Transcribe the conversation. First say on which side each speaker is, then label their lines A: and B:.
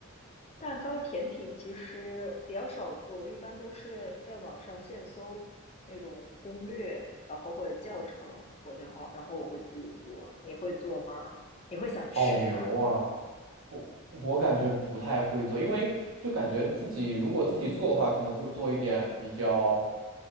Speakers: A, on the left (about 30°); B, on the right (about 80°).
A: 蛋糕甜品其实比较少做，我一般都是在网上现搜那种攻略，然后或者教程，我然后然后我会自己做。你会做吗？你会想吃吗？
B: 好牛啊！我感觉不太会做，因为就感觉自己如果自己做的话，可能就做一点比较